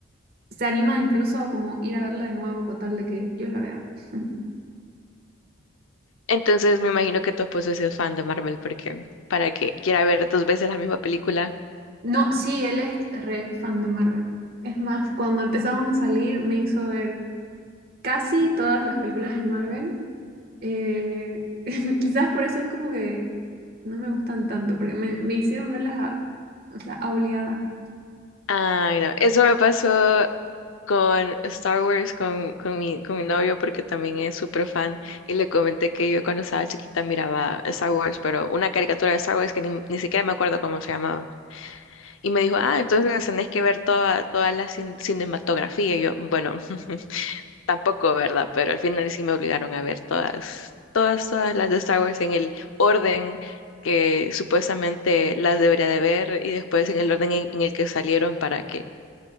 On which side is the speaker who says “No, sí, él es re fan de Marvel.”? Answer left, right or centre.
Right